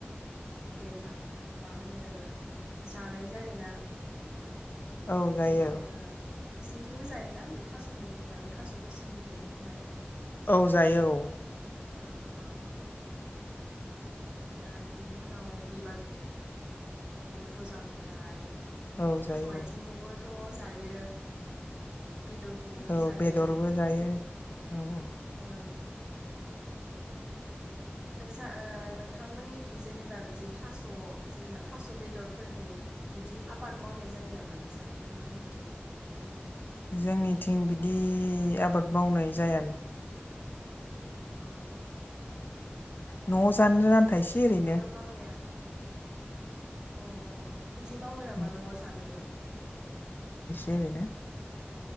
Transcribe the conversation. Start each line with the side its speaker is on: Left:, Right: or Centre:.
Right: देन्थाखो मा होनो जानाय जायोना
Left: औ जायो
Right: बिदिनो नोंसोरनिथिंबो जायोना बे थास'नि देन्थाखौ थास' गोसोमनि देन्थाखौहाय।
Left: औ जायो औ।
Right: अ अ। ओमफ्राय बिनि उनाव बिबार खौबोथ' जान ओमफ्राय
Left: औ जायो
Right: थास' आथिंखौबोथ' जायो बेदरखौ खौबोथ'
Left: औ
Right: जायो
Left: बेदरबो जायो औ औ
Right: ओं। नोंसा ओ नोंथांमोननिखि जेनेबा बिदि थास' जेनेबा थास' बेदरफोरनि बिदि आबाद मावनाय जायो नामा नोंसा नोंथांमोनथिं?
Left: जोंनिथिं बिदि आबाद मावनाय जाया नों
Right: अ।
Left: न'आव जानो आन्था
Right: जोंनिथिंबो
Left: एसे ओरैनो
Right: मावनाया अ अ बिदि मावो नामा
Left: औ
Right: न'आव जानोबो? अ
Left: एरैनो